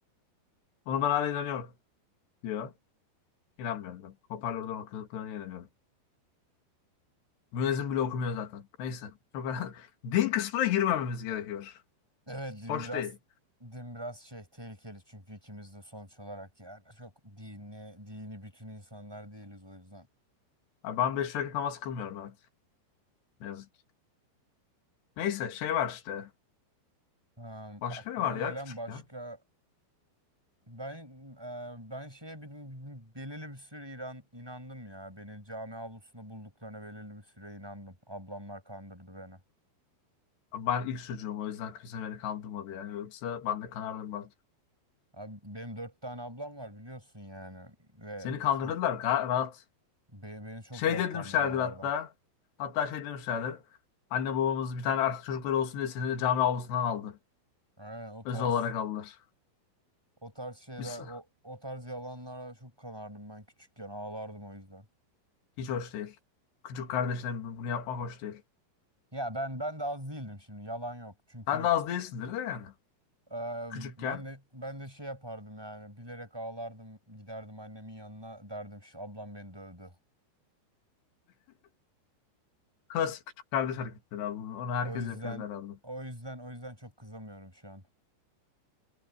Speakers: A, on the left (about 65°); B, in the centre.
A: Ona ben hala inanıyorum diyor. İnanmıyorum ben. Hoparlörden okuduklarına inanıyorum. Müezzin bile okumuyor zaten. Neyse. Çok önemli. <laughs> Din kısmına girmememiz gerekiyor.
B: Evet din
A: Hoş
B: biraz
A: değil.
B: din biraz şey tehlikeli çünkü ikimiz de sonuç olarak yani çok dini dini bütün insanlar değiliz o yüzden.
A: Abi ben beş vakit namaz kılmıyorum evet. Ne yazık ki. Neyse şey var işte.
B: Am,
A: Başka
B: aklıma
A: ne var ya
B: gelen
A: küçükken?
B: başka ben e, ben şeye bir, bir- belirli bir süre İran inandım ya. Beni cami avlusunda bulduklarına belirli bir süre inandım. Ablamlar kandırdı beni.
A: Abi Ben ilk çocuğum o yüzden kimse beni kandırmadı yani. Yoksa ben de kanardım belki.
B: Abi, benim dört tane ablam var biliyorsun yani ve
A: Seni kandırdılar
B: çok
A: ga- rahat.
B: be- beni çok
A: Şey
B: rahat
A: demişlerdir
B: kandırıyorlardı.
A: hatta. Hatta şey demişlerdir. Anne babamız bir tane erkek çocukları olsun diye seni de cami avlusundan aldı.
B: Aynen o tarz.
A: Özel olarak aldılar.
B: O tarz şeyler,
A: Biz,
B: o, o tarz yalanlara çok kanardım ben küçükken. Ağlardım o yüzden.
A: hiç hoş değil. Küçük kardeşine bunu yapmak hoş değil.
B: Ya ben ben de az değildim şimdi. Yalan yok. Çünkü
A: Sen de az değilsindir de yani.
B: e,
A: Küçükken.
B: ben de ben de şey yapardım yani. Bilerek ağlardım. Giderdim annemin yanına derdim şu ablam beni dövdü.
A: Klasik küçük kardeş hareketleri abi. Bunu- Onu herkes
B: O yüzden
A: yapıyordu herhalde.
B: o yüzden o yüzden çok kızamıyorum şu an.